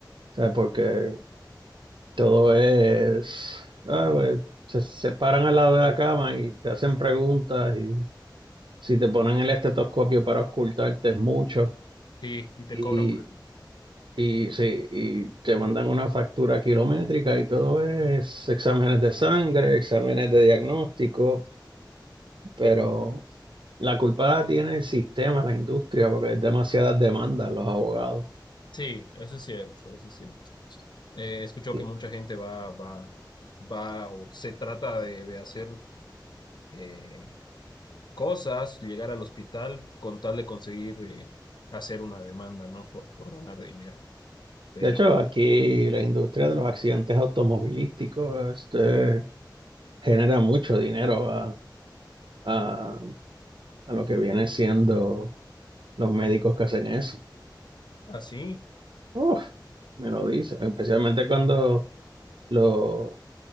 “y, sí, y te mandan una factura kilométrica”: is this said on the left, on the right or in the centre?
Right